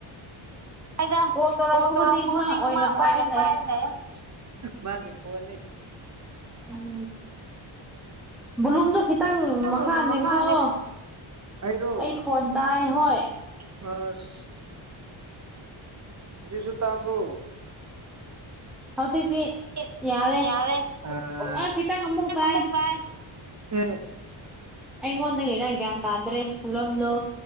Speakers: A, on the right; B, in the centre.
A: ꯑꯩꯅ
B: ꯀꯣꯜ ꯇꯧꯔꯛꯄ
A: ꯐꯣꯟ ꯇꯧꯔꯛꯄꯕꯨꯗꯤꯡ
B: ꯈꯨꯗꯤꯡ
A: ꯃꯥ ꯑꯣꯏꯅ
B: ꯄꯥꯏꯔ
A: ꯄꯥꯏ ꯂꯩ ꯃꯥꯒꯤ ꯐꯣꯟꯅꯤ
B: ꯎꯝ ꯐꯣꯂꯨꯝꯗꯣ ꯈꯤꯠꯗ ꯈꯤꯇꯪ
A: ꯅꯪ
B: ꯃꯈꯥ ꯅꯦꯝꯊꯑꯣ
A: ꯃꯈꯥꯅꯦ ꯑꯩꯔꯣ
B: ꯑꯩ ꯈꯣꯟ ꯇꯥꯏ ꯍꯣꯏ
A: ꯑꯁ ꯍꯧꯖꯤꯛꯁꯨ ꯇꯥꯕ꯭ꯔꯣ
B: ꯍꯧꯖꯤꯛꯇꯤ
A: <unintelligible>
B: ꯌꯥꯔꯦ ꯑ ꯈꯤꯇꯪ ꯑꯃꯨꯛ ꯇꯥꯏ ꯑꯩꯉꯣꯟꯗꯒꯤꯗꯥ ꯒ꯭ꯌꯥꯟ ꯇꯥꯗ꯭ꯔꯦ ꯍꯜꯂꯣ ꯍꯜꯂꯣ